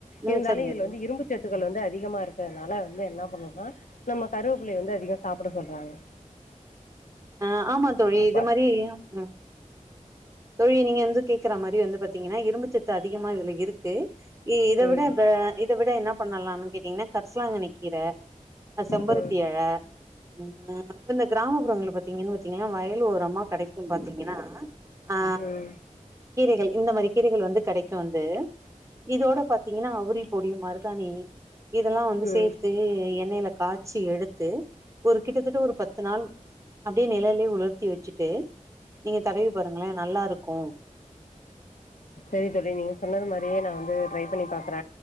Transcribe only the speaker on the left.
இருந்தாலு
இது
வந்து இரும்புச் சத்துக்கள் வந்து அதிகமா இருக்குறதுனால வந்து என்ன பண்ணுன்னா நம்ம கருவேப்பிள்ளைய வந்து அதிகோ சாப்ட சொல்றாங்க
அப்போ
ம்
ம்
ம்
ம்
செரி தோழி நீங்க சொன்னது மாதிரியே நா வந்து ட்ரை பண்ணி பாக்குற